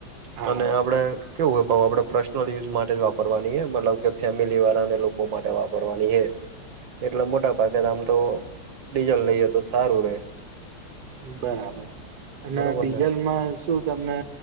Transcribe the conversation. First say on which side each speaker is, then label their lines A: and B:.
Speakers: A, on the right; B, on the right.
A: હા
B: અને આપડે કેવું હોય પાહું આપડે પર્સનલ યુઝ માટે જ વાપરવાની એ મતલબ કે ફેમિલીવાળાને લોકો માટે વાપરવાની એ. એટલે મોટા ભાગે આમ તો ડીઝલ લઈએ તો સારું રે.
A: બરાબર અને
B: બરોબર
A: ડીઝલમાં
B: ને.
A: શું તમને